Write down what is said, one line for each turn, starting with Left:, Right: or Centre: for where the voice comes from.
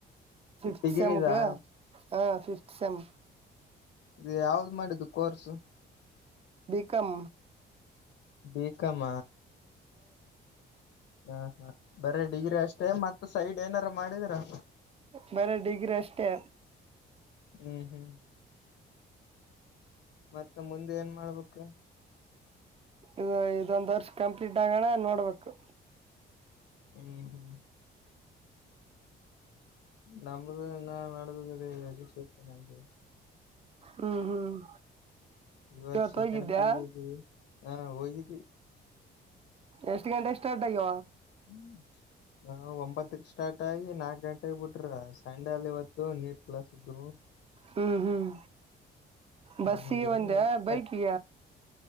Right: ಿಫತ್
Left: ಡಿಗ್ರಿದಾ
Right: ಸೆಮ್ಗೆ ಹ ಿಫತ್ ಸಮ್
Left: ಇ ಯಾವ್ದ್ ಮಾಡಿದ್ದು ಕೋರ್ಸು
Right: ಬಿಿಕಮ
Left: ಬೇಕಮ್ಮ ಹ್ಮ ಹಾ ಬರ ಡಿಗ್ರಿ ಅಷ್ಟೇ ಮತ್ತತ್ ಸೈಡ್ ಏನಾರು ಮಾಡಿದಿರಾ
Right: ಬರ ಡಿಗ್ರಿ ಅಷ್ಟೆ
Left: ಹ್ಮ್ ಹ್ಮ್ ಮತ್ತ ಮುಂದೆ ಏನ್ ಮಾಡ್ಬೇಕ
Right: ಇ ಇದೊಂದ್ ವರ್ಷ ಕಂಪ್ಲೀಟ್ ಆಗೋಣ ನೋಡ್ಬೇಕು
Left: ಹ್ಮ್ ಹ್ಮ್ ನಮ್ಮದುನ್ನ ನದಜ ನಗೆ
Right: ಹ್ಮ್ ಹ್ಮ್
Left: ಇವರ್
Right: ಇವತ್
Left: ಸೆಕಂಡ್
Right: ಹೋಗಿದ್ದ್ಯಾ
Left: ಪ ಇದವಿ ಹಾ ಹೋಗಿದ್ವಿ
Right: ಎಷ್ಟು ಗಂಟೆಗೆ ಸ್ಟಾರ್ಟ್ ಆಗ್ಯ
Left: ಹ್ಮ ಒಂಬತ್ತಕ್ ಸ್ಟಾರ್ಟ್ ಆಗಿ ನಾಕ್ ಗಂಟೆಗೆಬಟ್ಟ ಸಂಡೆ ಅಲ್ಲಿ ಇವತ್ತು ನೀಟ್ ಕ್ಲಾಸ್ ಇದವು
Right: ಹ್ಮ್ ಹ್ಮ್ ಬಸ್ಗೆ
Left: ನಮ್ಗೆ
Right: ಒಂದ ಬೈಕ್ಗೆ